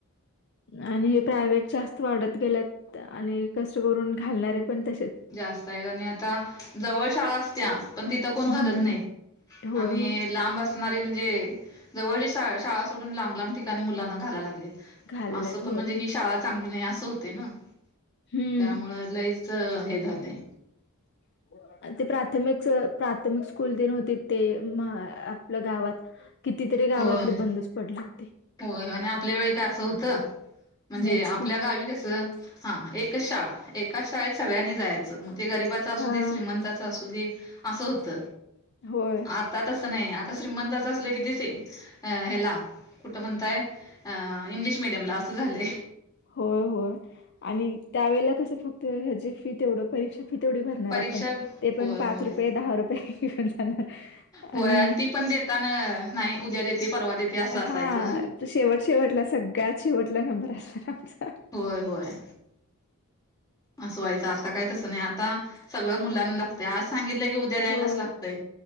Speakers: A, on the left; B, on the left.
A: आणि हे प्रायव्हेट जास्त वाढत गेल्यात आणि कष्ट करून घालणारे ण त
B: जास्त आहे आणि आता जवळ शाळा असत्या पण तिथं कोण
A: हम्म.
B: घालत नाहीत
A: होय,
B: आणि
A: होय.
B: लांबच म्हणजे जवळ शाळा सोडून लांब लांब ठिकाणी मुलांना घायला लागलेत
A: घालवल्यात
B: असं पण
A: होय.
B: म्हणजे ही शाळा चांगली नाही असं होते ना
A: हम्म.
B: त्यामुळे लईच हे झालंय.
A: <inaudible> ते प्राथमिक प्राथमिक स्कूल दिन होती ते आपल्या गावात कितीतरी गावातले
B: होय.
A: बंदच पडले ते
B: होय आणि आपल्या वेळी काय असं होतं म्हणजे
A: नाहीच
B: आपल्या
A: की.
B: गावी कसं हा एक शाळा एका शाळेत सगळ्यांनी जायच ग गबा अस
A: हा.
B: श्रीमता अस अस होत
A: होय.
B: आता तच नाही आता श्रीमंत अस असल कि ते अ हेला कुठं म्हणताय इंग्लिश मिीडियमला असं झालंय
A: होय होय आणि त्यावेेळेला कसं फक्त ह्याची फी तेवढं परीक्षा फ तेवडी भरणार
B: परीक्षा
A: आपण ते पण
B: होय
A: पाच
B: होय
A: रुपये दहा रुपये घेऊन जाणार
B: होय
A: आणि
B: ती पण देताना नाही उद्या देते परवा देते असं असायचं
A: हा शेवट शेवटला सग काय शेवटला नंबर असणार आमचा
B: होय होय असं व्हायचं आता काय तसं नाही आता सगळं मुलांना लागतं आज सांगितलं की उ ्या द्यायलाच
A: होय
B: लागतय